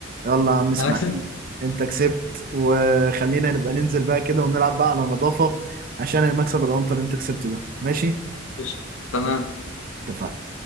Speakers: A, on the right; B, on the left.
A: يلا يا عم إسماعيل
B: أنا أكسب
A: أنت كسبت وخلينا نبقى ننزل بقى كده ونلعب بقى على نظافة عشان المكسب الأنطر اللي أنت كسبته ده ماشي؟
B: قشطة. تمام
A: يلا اتفقنا